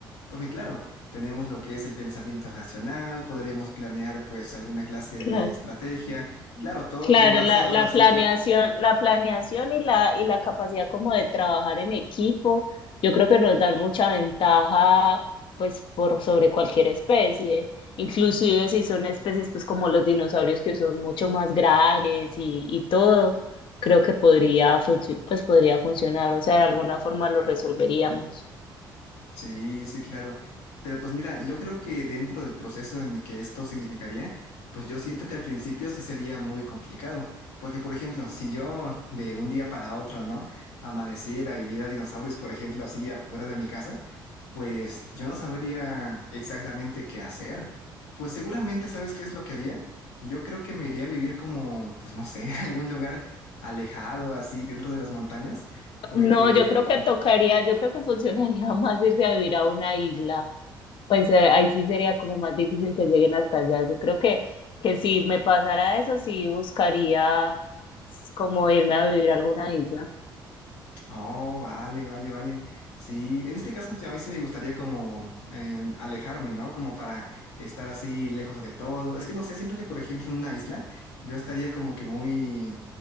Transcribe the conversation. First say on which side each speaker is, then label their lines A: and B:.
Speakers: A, on the left; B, on the left.
A: porque claro, tenemos lo que es el pensamiento racional, podríamos planear pues alguna clase
B: Claro,
A: de estrategia, claro, todo
B: claro,
A: con base
B: la,
A: ahora
B: la
A: sí
B: planeación, la planeación y la, y la capacidad como de trabajar en equipo, yo creo que nos dan mucha ventaja pues por sobre cualquier especie, inclusive si son especies pues como los dinosaurios que son mucho más grandes y, y todo, creo que podría funci- pues podría funcionar, o sea, de alguna forma lo resolveríamos.
A: Sí, sí, claro. Pero pues mira, yo creo que dentro del proceso en el que esto significaría, pues yo siento que al principio sí sería muy complicado, porque por ejemplo, si yo de un día para otro, ¿no? Amaneciera y viera dinosaurios, por ejemplo, así afuera de mi casa, pues yo no sabría exactamente qué hacer. Pues seguramente, ¿sabes qué es lo que haría? Yo creo que me iría a vivir como, pues no sé, <laughs> algún lugar alejado, así dentro de las montañas, porque...
B: No, yo creo que tocaría, yo creo que funcionaría <laughs> más irse a vivir a una isla. Pues eh, ahí sí sería como más difícil que lleguen hasta allá. Yo creo que, que si me pasara eso, sí buscaría s- como irme a vivir a alguna isla.
A: Oh, vale, vale, vale. Sí, en este caso ya a mí sí me gustaría como eh, alejarme, ¿no? Como para estar así lejos de todo. Es que no sé, siento que por ejemplo en una isla yo estaría como que muy,